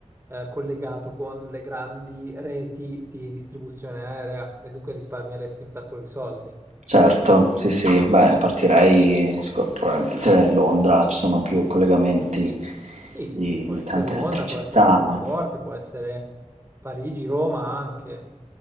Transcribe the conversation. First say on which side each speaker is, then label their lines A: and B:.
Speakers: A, on the right; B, on the right.
A: eh, collegato con le grandi reti di distribuzione aerea e dunque risparmieresti un sacco di soldi.
B: Certo, sì, sì, beh, partirei sicur- probabilmente da Londra, ci sono più collegamenti
A: Sì,
B: di,
A: può
B: di
A: essere
B: tante
A: Londra,
B: altre città,
A: può essere Francoforte,
B: no?
A: può essere Parigi, Roma anche.